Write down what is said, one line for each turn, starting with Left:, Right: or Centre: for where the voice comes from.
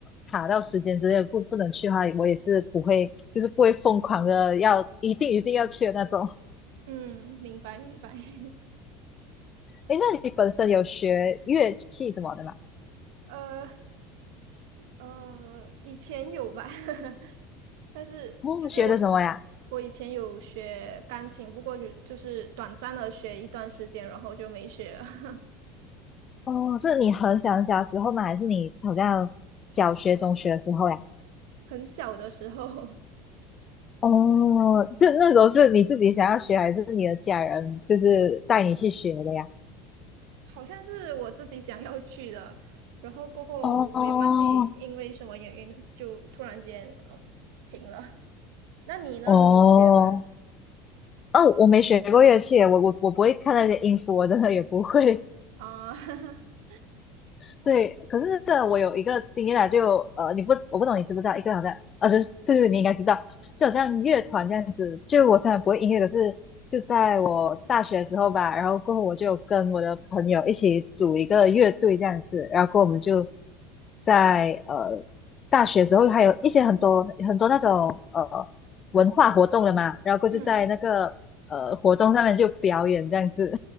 Left: 卡到时间之类的不不能去的话，我也是不会，就是不会疯狂的要一定一定要去的那种。
Right: 嗯，明白明白。<laughs>
Left: 诶，那你本身有学乐器什么的吗？
Right: 呃呃，以前有吧，<laughs> 但是就是我
Left: 哦，学的什么呀？
Right: 我以前有学钢琴，不过就就是短暂的学一段时间，然后就没学了。<laughs>
Left: 哦，是你很小小时候吗？还是你好像小学、中学的时候呀？
Right: 很小的时候，<laughs>
Left: 哦，就那时候是你自己想要学，还是你的家人就是带你去学的呀？
Right: 好像是我自己想要去的，然后过后我也忘记因为什么原因就突然间嗯停了。
Left: 哦
Right: 那你呢？
Left: 哦
Right: 你有学吗？
Left: 哦，我没学过乐器耶我我我不会看那些音符，我真的也不会。
Right: 啊、<laughs>
Left: 所以，可是这个我有一个经验啦，就呃，你不，我不懂你知不知道，一个好像，啊，就是对对，你应该知道，就好像乐团这样子。就我虽然不会音乐，可是就在我大学的时候吧，然后过后我就跟我的朋友一起组一个乐队这样子，然后过后我们就在呃大学的时候还有一些很多很多那种呃文化活动了嘛，然后过后就在那个呃活动上面就表演这样子，
Right: 嗯，